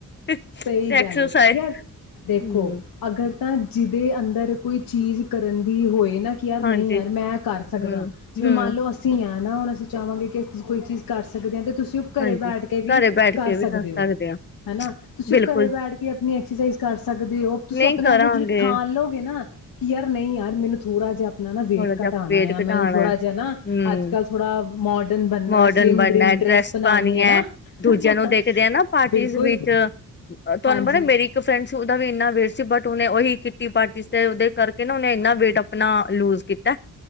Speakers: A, on the left (about 30°); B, on the left (about 75°).
A: ਤੇ
B: ਸਹੀ
A: ਐਕਸਰਸਾਈਜ਼
B: ਗੱਲ ਏ। ਯਾਰ ਦੇਖੋ
A: ਹੂੰ
B: ਅਗਰ ਤਾਂ ਜਿਹਦੇ ਅੰਦਰ ਕੋਈ ਚੀਜ਼ ਕਰਨ ਦੀ ਹੋਏ। <unintelligible> ਕਿ ਯਾਰ
A: ਹਾਂਜੀ
B: ਨਹੀਂ ਯਾਰ ਮੈਂ ਕਰ ਸਕਦਾ।
A: ਹੂੰ
B: ਜਿਵੇਂ
A: ਹੂੰ
B: ਮੰਨ ਲਓ ਅਸੀਂ ਆ ਨਾ ਹੁਣ ਅਸੀਂ ਚਾਹਾਂਗੇ ਕਿ ਅਸੀਂ ਕੋਈ ਚੀਜ਼ ਕਰ ਸਕਦੇ ਹਾਂ ਤੇ ਤੁਸੀਂ ਉਹ ਘਰੇ
A: ਹਾਂਜੀ
B: ਬੈਠ ਕੇ ਵੀ
A: ਘਰੇ ਬੈਠ
B: ਕਰ
A: ਕੇ ਵੀ
B: ਸਕਦੇ ਹੋ।
A: ਹਾਂ
B: ਹਨਾ। ਤੁਸੀਂ
A: ਬਿਲਕੁਲ
B: ਉਹ ਘਰੇ ਬੈਠ ਕੇ ਆਪਣੀ ਐਕਸਰਸਾਈਜ਼ ਕਰ ਸਕਦੇ ਹੋ। ਤੁਸੀਂ
A: ਨਹੀਂ
B: ਆਪਣੇ
A: ਕਰਾਂਗੇ
B: ਆਪ ਨੂੰ ਜਿਹੜੀ ਠਾਂਣ ਲਓਗੇ ਨਾ ਕਿ ਯਾਰ ਨਹੀਂ ਯਾਰ ਮੈਨੂ ਥੋੜਾ ਜਿਹਾ ਨਾ ਨਾ ਵੇਟ
A: ਥੋੜਾ ਜਿਹਾ
B: ਘਟਾਉਣਾ
A: ਪੇਟ
B: ਆ
A: ਘਟਾਣਾ
B: ਮੈ ਥੋੜਾ
A: ਹੈ
B: ਜਿਹਾ ਨਾ
A: ਹੂੰ
B: ਅੱਜ ਕੱਲ੍ਹ ਥੋੜਾ ਮੋਡਰਨ ਬਣਨਾ
A: ਮੋਡਰਨ
B: ਸਲਿਮ
A: ਬਣਨਾ
B: ਡਰਿਮ
A: ਹੈ
B: ਡਰੈਸ ਬਣਾਉਣੀ
A: ਪਾਣੀ
B: ਹੈ ਨਾ
A: ਦੂਜਿਆਂ
B: <unintelligible>
A: ਨੂੰ ਦੇਖਦੇ ਆ ਨਾ ਪਾਰਟੀਜ਼
B: ਬਿਲਕੁਲ।
A: ਵਿੱਚ ਤੁਹਾਨੂੰ
B: ਹਾਂਜੀ
A: ਪਤਾ ਮੇਰੀ ਇੱਕ ਫਰੈਂਡ ਸੀ ਉਹਦਾ ਵੀ ਇੰਨਾ ਵੇਸਟ ਬਟ ਉਹਨੇ ਉਹੀ ਕੀਤੀ ਪਾਰਟੀ ਤੇ ਉਹਦੇ ਕਰਕੇ ਨਾ ਉਹਨੇ ਇੰਨਾ ਵੇਟ ਆਪਣਾ ਲੂਜ ਕੀਤਾ।